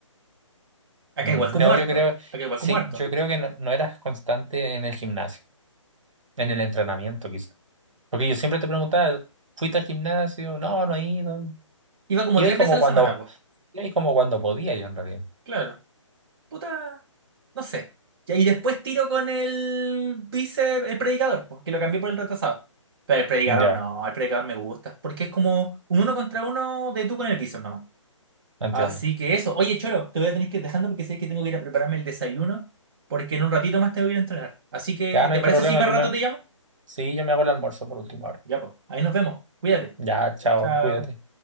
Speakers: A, on the right; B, on the right.
A: Acá
B: Mm,
A: igual como
B: No,
A: harto.
B: yo creo,
A: Acá igual
B: sí,
A: como harto.
B: yo creo que no, no eras constante en el gimnasio, en el entrenamiento, Porque yo siempre te preguntaba, ¿fuiste al gimnasio? No, no he ido.
A: Iba como
B: Iba
A: tres
B: y como
A: veces a la
B: cuando,
A: semana, pues.
B: iba y como cuando podía yo en realidad.
A: Claro. puta, no sé. Ya, Y después tiro con el vice, el predicador, pues, que lo cambié por el retrasado. Pero el predicador
B: Ya,
A: no, el predicador me gusta, porque es como un uno contra uno de tú con el piso no
B: entiendo.
A: Así que eso. Oye, Cholo, te voy a tener que ir dejando porque sé que tengo que ir a prepararme el desayuno, porque en un ratito más tengo que ir a entrenar. Así que,
B: Ya no
A: ¿te
B: hay
A: parece
B: problema,
A: si más
B: yo
A: rato
B: me,
A: te llamo?
B: sí, yo me hago el almuerzo por última hora.
A: Ya, pues, ahí nos vemos. Cuídate.
B: Ya, chao,
A: Chao.
B: cuídate.